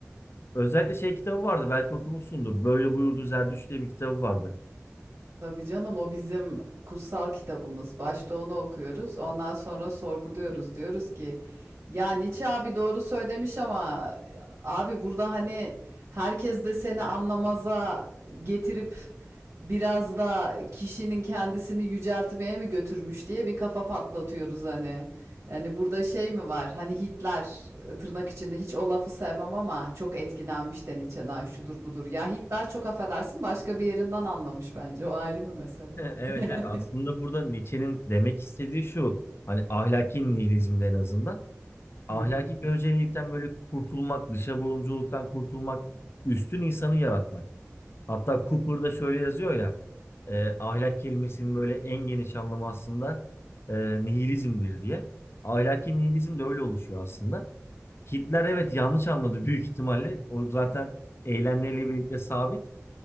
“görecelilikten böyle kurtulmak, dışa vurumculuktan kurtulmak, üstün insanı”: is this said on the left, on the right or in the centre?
Left